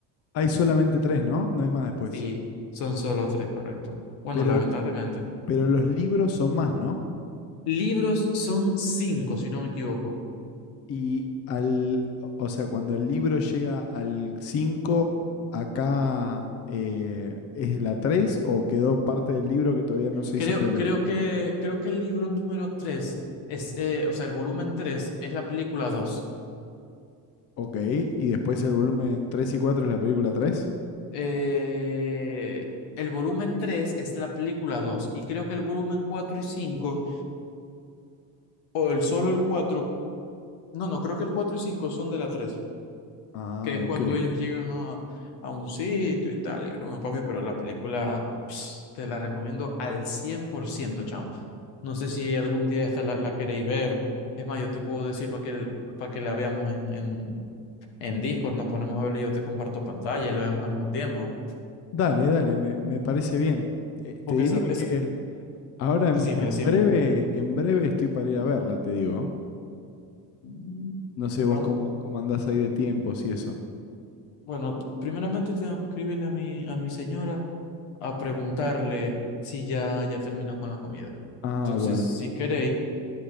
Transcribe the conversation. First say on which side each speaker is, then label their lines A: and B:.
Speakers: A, on the left; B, on the left.
A: Hay solamente tres, ¿no? No hay más después.
B: Sí, son solo tres, correcto. Bueno,
A: Pero,
B: lamentablemente.
A: pero los libros son más, ¿no?
B: Libros son cinco, si no me equivoco.
A: Y al, o sea, cuando el libro llega al 5 acá eh, es la 3 o quedó parte del libro que todavía no se
B: Creo,
A: hizo película.
B: creo que, creo que el libro número 3 es, eh, o sea, el volumen 3 es la película dos
A: Ok, y después el volumen 3 y 4 es la película tres
B: Eh, el volumen 3 es la película 2 y creo que el volumen 4 y 5 o el solo el 4 no, no, creo que el cuatro y 5 son de la 3
A: Ah,
B: que es cuando
A: ok.
B: ellos llegan a, a un sitio y tal, y broma, papi, pero la película pss, te la recomiendo al 100% chamo. No sé si algún día esta la, la queréis ver. Es más, yo te puedo decir para que, para que la veamos en, en, En Discord nos ponemos a hablar y yo te comparto pantalla y lo vemos al mismo tiempo.
A: Dale, dale, me, me parece bien. Eh,
B: Porque
A: te diría
B: esa, esa...
A: que ahora
B: Decime,
A: en, en
B: decime.
A: breve, en breve estoy para ir a verla, te digo.
B: Mm,
A: No sé vos
B: vam-
A: cómo, cómo andás ahí de tiempos y eso.
B: Bueno, primeramente tengo que escribirle a mi, a mi señora a preguntarle si ya, ya terminó con la comida.
A: Ah,
B: Entonces,
A: bueno.
B: si queréis,